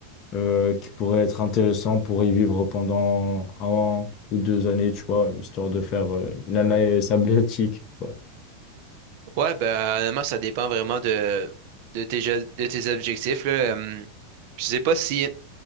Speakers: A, on the left (about 35°); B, on the right (about 45°).
A: euh, qui pourrait être intéressant pour y vivre pendant un an ou deux années, tu vois, histoire de faire euh, une année sabbatique, quoi.
B: Ouais, ben, honnêtement, ça dépend vraiment de, de tes, je- de tes objectifs, là. Hum, je sais pas si